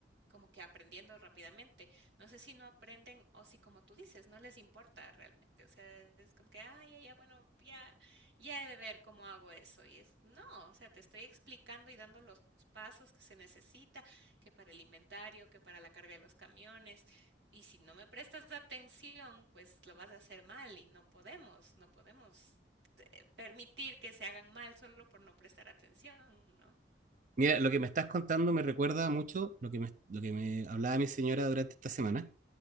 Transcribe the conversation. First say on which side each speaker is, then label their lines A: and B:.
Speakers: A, on the right (about 75°); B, on the right (about 45°).
A: como que aprendiendo rápidamente. No sé si no aprenden o si, como tú dices, no les importa realmente. O sea, es como que, ay, ya, ya, bueno, ya ya he de ver cómo hago eso. Y es, no, o sea, te estoy explicando y dando los pasos que se necesita, que para el inventario, que para la carga de los camiones. Y si no me prestas atención, pues lo vas a hacer mal y no podemos, no podemos eh, permitir que se hagan mal solo por no prestar atención, ¿no?
B: mira, lo que me estás contando me recuerda mucho lo que me, lo que me hablaba mi señora durante esta semana